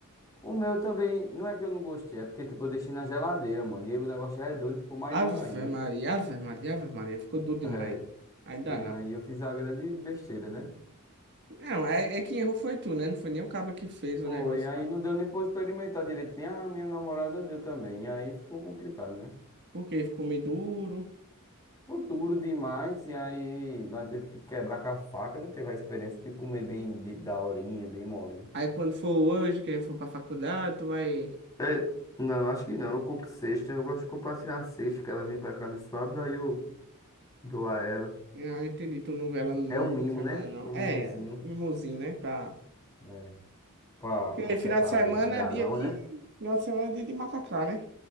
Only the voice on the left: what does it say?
O meu também, não é que eu não gostei, é porque tipo, eu deixei na geladeira, mano. E aí o negócio já é duro e ficou mais
duro ainda.
É,
E
aí eu fiz a grande besteira, né?
Foi,
e aí
não deu nem pra eu experimentar direito, nem a minha namorada deu também. E aí ficou complicado, né?
Ficou duro demais, e aí nós teve que quebrar com a faca, não teve a experiência de comer bem de, daorinha, bem molinho.
É, não, acho que não. Eu compro cesta. Eu gosto de compartilhar a cesta que ela vem pra cá no sábado, aí eu dou a ela.
É um mimo,
né?
Um
mimozinho.
É, pra
aquietar
o dragão,
né?